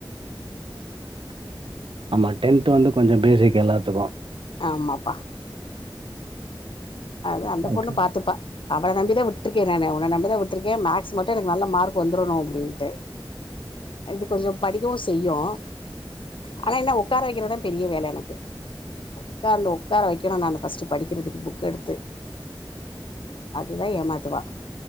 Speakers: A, on the right; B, on the left.
A: <inaudible> ஆமா டென்த் வந்து கொஞ்சோ பேசிக் எல்லாத்துக்கு
B: ஆமாப்பா அது அந்த
A: ஓகே.
B: பொண்ணு பாத்துப்பா அவள நம்பிதா விட்ருக்கே நானு ஒன்ன நம்பிதா விட்ருக்கே மேக்ஸ் மட்டு எனக்கு நல்ல மார்க் வந்துரணு அப்டின்ட்டு
A: <inaudible>
B: இது கொஞ்சோ படிக்கவு செய்யு ஆனா என்ன ஒக்கார வைக்கறதா பெரிய வேலை எனக்கு ஒக்காந்து ஒக்கார வைக்கணு நானு ஃபஸ்ட்டு படிக்கறதுக்கு புக் கெடுத்து அதுதா ஏமாத்துவா